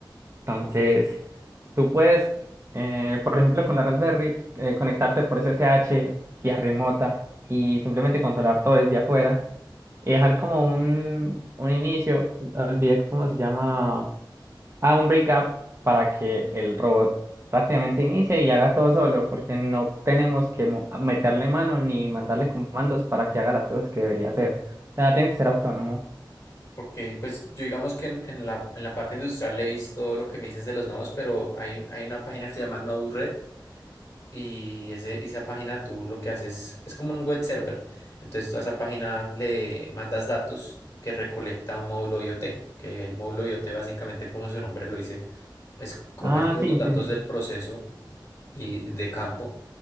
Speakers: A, on the right (about 35°); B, on the left (about 35°).
A: Entonces...
B: Ok,
A: Tú puedes, eh, por ejemplo, con la Raspberry, eh, conectarte por SSH, vía remota, y simplemente controlar todo desde afuera. Y dejar como un, un inicio, olvidé cómo se llama, ah, un breakup para que el robot prácticamente inicie y haga todo solo, porque no tenemos que mo- meterle mano ni mandarle comandos para que haga las cosas que debería hacer. O sea, tiene que ser autónomo.
B: ok, pues yo digamos que en, en la, en la parte industrial le he visto lo que me dices de los nodos, pero hay, hay una página que se llama Node-RED y ese, esa página tú lo que haces es como un web server. Entonces tú a esa página le mandas datos que recolecta un módulo IoT, que el módulo IoT básicamente como su nombre lo dice escoger
A: Ah,
B: todos
A: sí,
B: los datos
A: sí, sí.
B: del proceso y de campo